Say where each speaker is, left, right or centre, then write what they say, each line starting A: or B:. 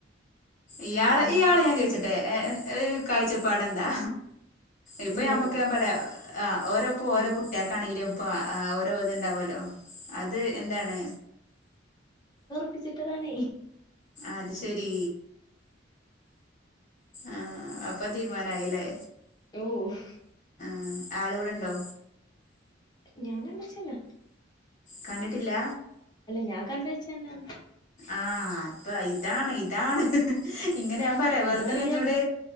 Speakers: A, on the left (about 45°); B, on the left (about 20°).
A: ഇയാള്
B: പിന്നെ
A: ഇയാളെ ഞാൻ ചോയിച്ചോട്ടെ ഒരു കാഴ്ച്ചപ്പാട് എ ന്താ ഇപ്പോ
B: ഇന്റതോ
A: ഞമ്മക്ക് ഞാൻ പറയാ ഓരോപ്പോ ഓരോ
B: ഇൻ-
A: കുട്ടികക്കാണെങ്കിലും ഇപ്പോ ഓരോ ഇത്ണ്ടാവുവല്ലോ അത് എന്താണ്?
B: പ്പിച്ചിട്ടതാണേ
A: അത് ശെരി ആഹ് അപ്പോ തീരുമാനായില്ലേ
B: ഓഹ്
A: ആഹ് ആള് വിടെണ്ടോ
B: ഞാൻ കണ്ടിട്ടില്ല
A: കണ്ടിട്ടില്ല
B: ഞാൻ കണ്ട് വെച്ചന്നാ
A: ആഹ് ഇപ്പ ഇതാണ് ഇതാണ് ഇങ്ങനെ ഞാൻ പറയാ വെറുതെല്ല
B: അതാണ്
A: ഇന്നോട്